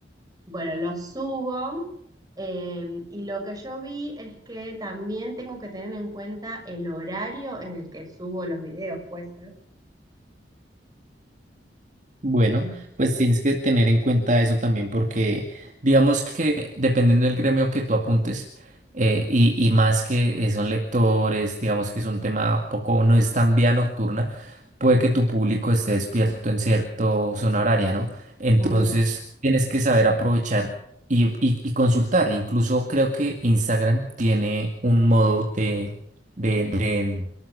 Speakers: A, on the right; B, on the right.
A: Bueno, lo subo em, y lo que yo vi es que también tengo que tener en cuenta el horario en el que subo los videos, puede ser.
B: Bueno,
A: No.
B: pues tienes que tener en cuenta eso también porque digamos que dependiendo del gremio que tú apuntes eh, y, y más que eh, son lectores, digamos que es un tema poco, no es tan vía nocturna, puede que tu público esté despierto en cierto zona horaria, ¿no? Entonces
A: Mm,
B: tienes que saber aprovechar y, y- y consultar. Incluso creo que Instagram tiene un modo de, de, de